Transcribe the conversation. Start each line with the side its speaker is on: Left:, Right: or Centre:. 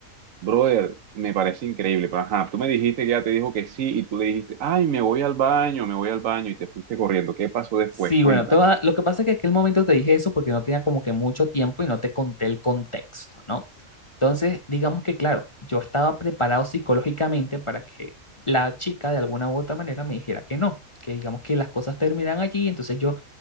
Right: brother, me parece increíble, pero ajá, tú me dijiste que ella te dijo que sí y tú le dijiste, ay, me voy al baño, me voy al baño y te fuiste corriendo, ¿qué pasó después?
Left: Sí,
Right: Cuéntame.
Left: bueno, te voy a dar- lo que pasa es que en aquel momento te dije eso porque no tenía como que mucho tiempo y no te conté el contexto, ¿no? Entonces, digamos que, claro, yo estaba preparado psicológicamente para que la chica de alguna u otra manera me dijera que no, que digamos que las cosas terminan allí, entonces yo